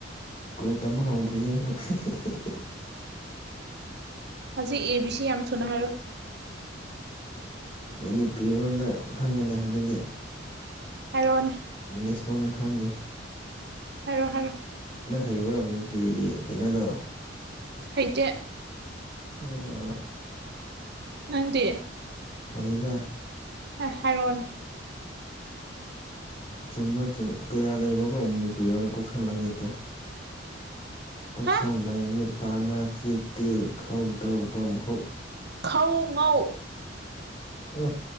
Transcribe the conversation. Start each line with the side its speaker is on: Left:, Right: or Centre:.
Left: ꯁꯀꯨ꯭ꯜ ꯇꯝꯕ ꯍꯧꯗ꯭ꯔꯤꯌꯦ ꯑꯩꯈꯣꯢ ꯢꯍꯤꯍꯤꯍꯤ
Right: ꯍꯧꯖꯤꯛ ꯑꯦꯕꯤ ꯁꯤ ꯌꯥꯝ ꯊꯨꯅ ꯍꯥꯏꯔꯣ
Left: ꯃꯅꯤꯄꯨꯔꯤ ꯂꯣꯟꯗ ꯈꯪꯉꯦꯗ ꯑꯗꯨꯗꯤ
Right: ꯍꯥꯢꯔꯛꯑꯣꯅꯦ
Left: ꯏꯪꯂꯤꯁ ꯂꯣꯟꯗ ꯈꯪꯗꯦ
Right: ꯍꯥꯏꯔꯣ ꯍꯥꯏꯔꯣ
Left: ꯅꯪ ꯍꯩꯕ꯭ꯔꯣ ꯃꯅꯤꯄꯨꯔꯤꯒꯤ ꯀꯩꯅꯣꯗꯣ
Right: ꯍꯩꯇꯦ
Left: ꯑꯣ
Right: ꯅꯪꯗꯤ
Left: ꯍꯩꯗ
Right: ꯍꯥꯏꯔꯛꯑꯣꯅꯦ
Left: ꯆꯨꯝ꯭ꯕ꯭ꯔꯥ ꯆꯨꯝ ꯀꯌꯥ ꯂꯩꯕ꯭ꯔꯣꯒꯣ ꯃꯅꯤꯄꯨꯔꯤ ꯔꯣꯅ ꯀꯣꯛ ꯁꯝ ꯂꯥꯏ ꯃꯤꯠ ꯇꯣ ꯀꯣꯛ
Right: ꯍꯥ
Left: ꯁꯝ ꯂꯥꯏ ꯃꯤꯠ ꯄꯥ ꯅꯥ ꯆꯤꯜ ꯇꯤꯜ ꯈꯧ ꯗꯧ ꯚꯝ ꯍꯨꯛ
Right: ꯈꯧ ꯉꯧ
Left: ꯎ